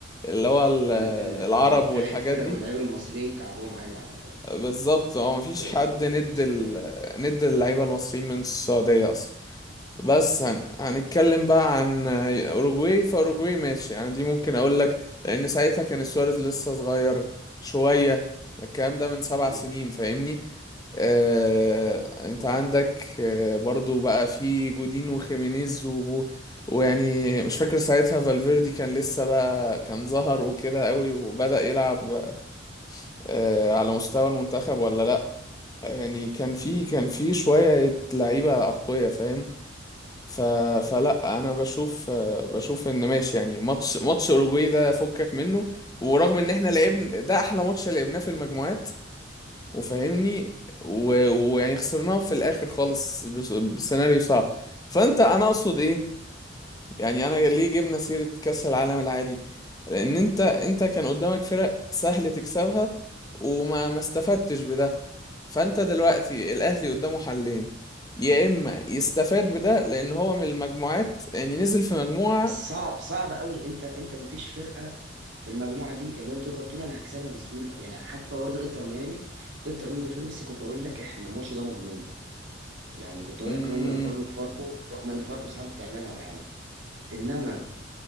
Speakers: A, on the left (about 20°); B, on the right (about 65°).
A: اللي هو ال-
B: ال- ال-
A: العرب
B: الفرق
A: والحاجات
B: الفرق
A: دي
B: واللعيبة المصريين كعبهم عالي على
A: بالظبط هو مفيش
B: الفرق
A: حد ند
B: السعودية
A: ال...
B: عموما
A: ند اللعيبة المصريين من السعودية اصلا بس
B: دي حقيقة
A: هن... هنتكلم بقى عن اوروجواي فاوروجواي ماشي يعني دي ممكن اقول لك لان ساعتها كان سواريز لسه صغير شوية الكلام ده من سبع
B: مم.
A: سنين فاهمني آه... انت عندك آه... برضو بقى في جودين وخيمينيز و... ويعني مش فاكر ساعتها فالفيردي كان لسه بقى كان ظهر وكده قوي وبدأ يلعب آه...
B: مم.
A: على مستوى المنتخب ولا لا يعني كان في
B: مم.
A: كان في شوية لعيبة أقوياء فاهم ف...
B: مم.
A: فلا انا بشوف بشوف ان ماشي يعني ماتش ماتش اوروجواي ده فكك منه ورغم ان احنا لعبنا
B: مم.
A: ده احلى ماتش لعبناه في المجموعات وفاهمني
B: مم.
A: و- ويعني خسرناه في الاخر خالص بس- بسيناريو صعب فانت انا اقصد ايه يعني انا ليه جبنا سيرة كأس العالم العادي لان انت انت كان قدامك فرق سهل تكسبها وما ما استفدتش بده فانت دلوقتي الاهلي قدامه حلين يا اما يستفاد بده لان هو من المجموعات يعني نزل في مجموعة
B: بس صعب صعب قوي انت انت ما فيش فرقه في المجموعه دي اللي هو تقدر تقول انا هكسبها بسهوله يعني حتى برضه انتر ميامي انتر ميامي من غير ميسي كنت اقول لك احنا الماتش ده مضمون يعني كنت اقول
A: مم،
B: لك ان هم يقارنوا بفاركو رغم ان فاركو ساعات بتعملها معانا انما